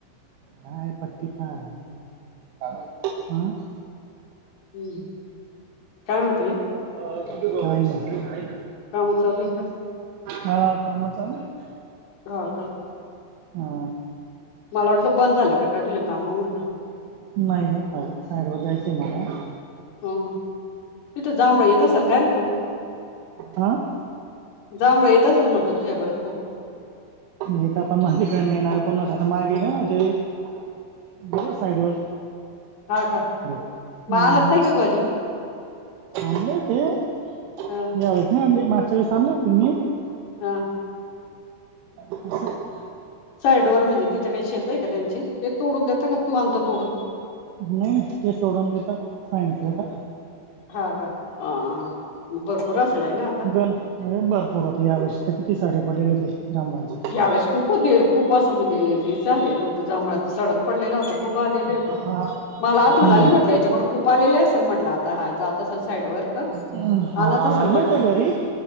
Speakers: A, on the right; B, on the left.
A: काय पट्टी <unintelligible> हां.
B: हम् काय म्हणतोय?
A: काय नाही. ना
B: कामं चालू आहे का?
A: हा काम चालूये.
B: हा का.
A: हा.
B: मला वाटलं बंद झालंय का काय तुझे काम म्हटलं.
A: नाही ना हाय साईड वर जायचंय मला.
B: ह तिथं जांभळी येत असल का रे खूप?
A: हां
B: जांभळी येत असेल म्हटलं तुझ्याकडे खूप.
A: येता <unintelligible> मिळणार कुणाला <unintelligible> बघू साईड वर
B: हा का
A: हम्म
B: मग आणत नाही का घरी
A: आणले होते यावेेळेस
B: हा
A: नाही आणले मागच्या वेळेस आणले होते मी.
B: हां.
A: असं
B: साईड वर म्हणजे तिथे काही शेत आहे का त्यांचे ते तोडून देता का तू आणतो तोडून?
A: नाही नाही ते सोडून देतात सांगितलं का.
B: हा का हा भरपूर असल हय ना आ
A: पण भरपूर होते या वर्षी तर किती साडे पडलेले ते जांभळाचे.
B: यावेळेस खूप होते खूप असं म्हणजे हे झालेलं होतं जांभळ सडक पडलेलं होत. खूप आलेले होते.
A: हा
B: मला
A: हम्म
B: आठवण आलीस म्हटलं याच्याकड खूप आलेले असेल म्हटलं आता हा जात असेल साईड व तर.
A: हम्म हा
B: आणत असेल
A: आणले
B: म्हटलं
A: होते घरी